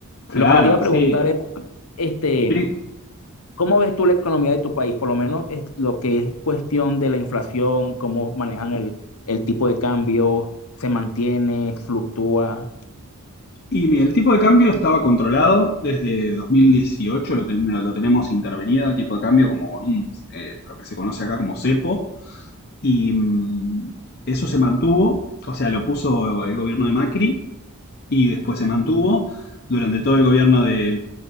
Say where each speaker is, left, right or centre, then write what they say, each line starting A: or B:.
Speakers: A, on the left (about 45°); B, on the left (about 80°).
A: Claro,
B: Lo que te iba a preguntar
A: sí,
B: es, este...
A: sí.
B: ¿Cómo ves tú la economía de tu país? Por lo menos es lo que es cuestión de la inflación, cómo manejan el, el tipo de cambio, se mantiene, fluctúa.
A: Y mira, el tipo de cambio estaba controlado desde 2018, lo, ten- lo tenemos intervenido, el tipo de cambio como con un, eh, lo que se conoce acá como cepo, Y mm, eso se mantuvo, o sea, lo puso el gobierno de Macri y después se mantuvo durante todo el gobierno de,